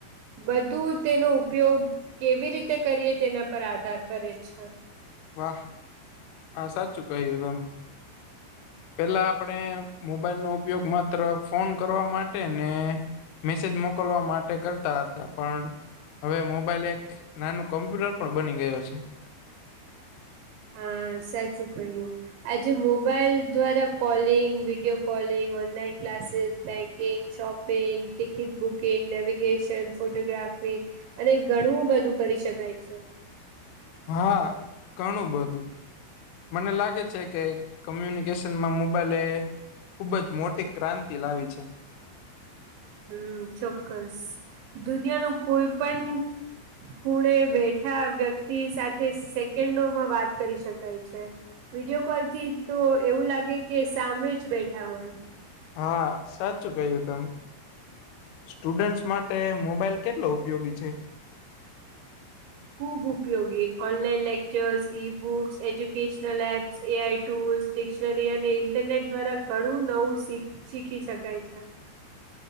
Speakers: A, on the right; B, on the left.
A: બધું તેનો ઉપયોગ કેવી રીતે કરીએ તેના પર આધાર કરે છે
B: વાહ આ સાચું કહ્યું તમે પેલા આપણે મોબાઈલ નો ઉપયોગ માત્ર ફોન કરવા માટે ન્ને મેસેજ મોકલવા માટે કરતા હતા પણ હવે મોબાઈલ એક નાનું કમ્પ્યુટર પણ બની ગયો છે
A: હં સાચું કહ્યું આજે મોબાઈલ દ્વારા calling video calling online classes banking shop shopping ticket booking navigation photography અને ગણું બધું કરી શકાય છે
B: હા ઘણું બધું. મને લાગે છે કે કમ્યુનિકેશનમાં મોબાઈલ એ ખુબ જ મોટી, ક્રાંન્તિ લાવી છે.
A: હમ્મ ચોક્કસ દુનિયા નો કોઈ પણ ખૂણે બેઠા વ્યક્તિ સાથે સેકેન્ડોમાં વાત કરી શકાય છે. વિડિયો કોલ થી તો એવું લાગે કે સામે ચ બેઠા હોય,
B: હા સાચું કહ્યું તમે, સ્ટુડન્સ માટે મોબાઈલ કેટલો ઉપયોગી છે?
A: ખૂબ ઉપયોગી online lectures, e books, educational apps, AI tools, dictionary અને ઇન્ટરનેટ દ્વારા ઘણું નવું શી શીખી શકાય છે.